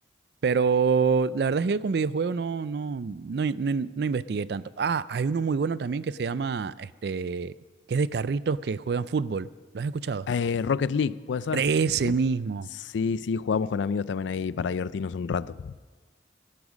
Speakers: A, on the right; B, on the left.
A: Pero la verdad es que con videojuegos no, no, no, no, no investigué tanto. Ah, hay uno muy bueno también que se llama, este, que es de carritos que juegan fútbol. ¿Lo has escuchado?
B: Eh, Rocket League, ¿puede ser?
A: Ese mismo.
B: Sí, sí, jugamos con amigos también ahí para divertirnos un rato.